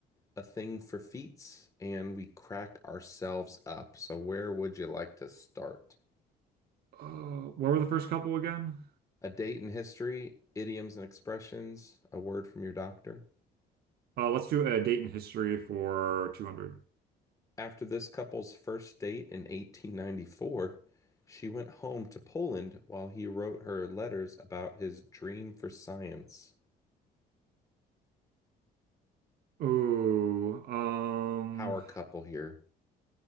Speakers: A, on the left; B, on the right.
A: a thing for feats, and we crack ourselves up. So where would you like to start?
B: Oh, what were the first couple again?
A: A date in history, idioms and expressions, a word from your doctor.
B: Uh, let's do a date in history for 200.
A: After this couple's first date in 1894, she went home to Poland while he wrote her letters about his dream for science.
B: Oh, um,
A: Our couple here.